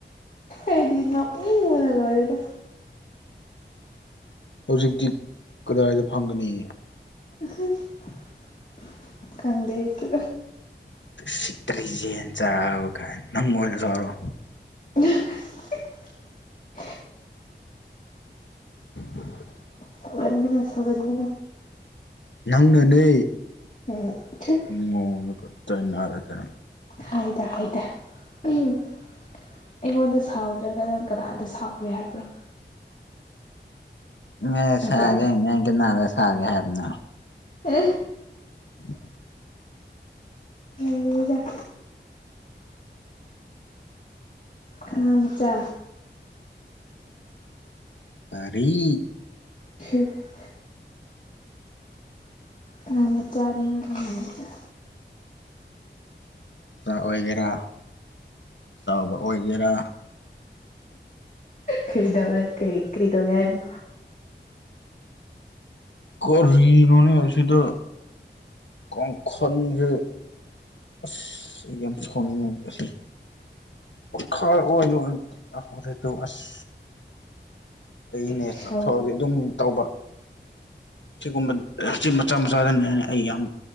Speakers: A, on the left (about 45°); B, on the left (about 75°).
A: ꯑꯩꯗꯤ ꯅ‌ꯣꯛꯅꯤꯡꯕꯅ ꯂ‌ꯣꯏꯔ‌ꯦꯗ
B: ꯍꯧꯖꯤꯛꯇꯤ ꯀꯗꯥꯏꯗ ꯐꯪꯒꯅꯤ
A: <unintelligible> ꯈꯪꯗ‌ꯦ ꯑꯩꯁꯨ
B: ꯁꯤꯇꯔꯤꯖꯤ ꯌ‌ꯦꯟ ꯆꯥꯔ‌ꯣ ꯀꯥꯏꯅ ꯅꯪ ꯑ‌ꯣꯏꯅ ꯆꯔꯣ
A: <unintelligible>
B: <unintelligible>
A: ꯁꯧꯒꯟꯕꯅ ꯁꯧꯒꯟꯕꯅ
B: ꯅꯪꯅꯅꯦ
A: ꯎꯝ ꯊ
B: ꯑꯩꯉ‌ꯣꯟꯗꯒ ꯇꯥꯏꯅꯔꯗꯅ
A: ꯍꯥꯏꯗ ꯍꯥꯏꯗ ꯑꯩꯉꯣꯟꯗ ꯁꯥꯎꯗ꯭ꯔꯒꯅ ꯀꯅꯥꯗ ꯁꯥꯎꯒꯦ ꯍꯥꯏꯕ꯭ꯔꯥ
B: ꯅ
A: ꯅꯠꯇ꯭ꯔꯣ
B: ꯁꯥꯒꯦ ꯑꯩꯅ ꯀ ꯅꯥꯔꯦ ꯁꯥꯒꯦ ꯍꯥꯏꯕꯅ
A: ꯑ
B: <unintelligible>
A: ꯎꯒ ꯑꯉꯥꯡꯃꯆꯥ
B: ꯀꯔꯤ
A: <unintelligible> ꯑꯉꯥꯡꯃꯆꯥꯅꯤꯅ ꯑꯉꯥꯡꯃꯆꯥ
B: ꯆꯥꯑꯣꯏꯒꯦꯔꯥ ꯆꯥꯎꯕ ꯑꯣꯏꯒꯦꯔꯥ
A: ꯀꯩ ꯇꯧꯔꯦ ꯀꯩ ꯀꯩ ꯇꯧꯒꯦ ꯍꯥꯏꯅꯣ
B: ꯀꯔꯤꯅꯣꯅꯦ ꯑꯁꯤꯗ ꯀꯥꯡꯈꯜꯁꯦ ꯑꯁ ꯑꯩ ꯌꯥꯝ ꯁꯥꯎꯅꯤꯡꯉꯦ ꯑꯁꯤ <unintelligible> ꯑꯣꯏꯂꯣꯗꯣ ꯑꯁ ꯑꯅꯦ
A: ꯏꯁꯧ
B: ꯆꯠꯊꯣꯛꯑꯗꯤ ꯑꯗꯨꯝ ꯇꯧꯕ ꯁꯤꯒꯨꯝꯕ ꯁꯤ ꯃꯆꯥ ꯃꯆꯥꯗꯅꯦꯅꯦ ꯑꯩ ꯌꯥꯝ